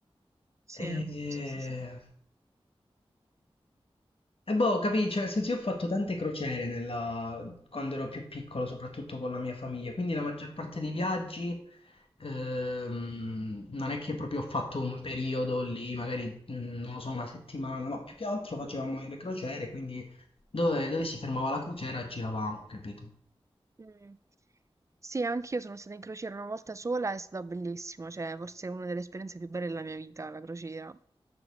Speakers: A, on the right; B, on the left.
A: Sì,
B: E,
A: sì, sì, sì.
B: e boh, capì, cioè, nel senso io ho fatto tante crociere nella- quando ero più piccolo, soprattutto con la mia famiglia, quindi la maggior parte dei viaggi ehm, non è che proprio ho fatto un periodo lì, magari, mm, non lo so, una settimana, no, più che altro facevamo le crociere, quindi dove, dove si fermava la crociera giravamo, capito?
A: Mm. Sì, anch'io sono stata in crociera una volta sola, è stato bellissimo, cioè forse è una delle esperienze più belle della mia vita, la crociera.